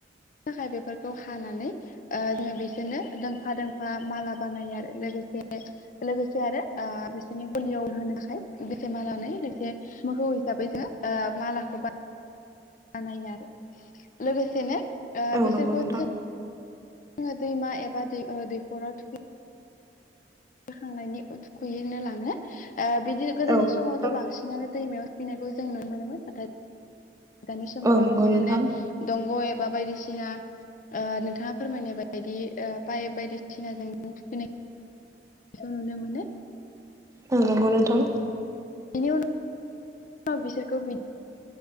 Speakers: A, on the left; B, on the right.
A: थाखाय बेफोरखौ हानानै ओ जोङो बिसोरनो दोंफा दोंफा माला बानायो आरो लोगो से लोगोसे आरो ओ बिसोरनि गलियाव होनोथाखाय <unintelligible> जौ हिसाबै जोङो ओ मालाखौ बानायो आरो लोगोसेनो ओ
B: औ
A: बिसोरखौ
B: नंगौ नोंथां
A: जों जोङो दैमा एबा दै दैखराव थुखै जाखांनायनि उ थुखैनो लाङो ओ बिदि गोदोनि
B: औ
A: समावथ'
B: नोंथां
A: बांसिनानो दैमायाव थुखैनायखौ जों नुनो मोनोमोन नाथाय दानि समाव
B: औ
A: बांसिनानो
B: नंगौ नोंथां
A: दंग' एब बा बायदिसिना ओ नोंथाङा फोरमायनाय बायदि ओ पाइप बायदिसिनाजों नों थुखैनाय नुने मोनो।
B: औ नंगौ नोंथां।
A: बिनि उनाव बिसोरखौ बि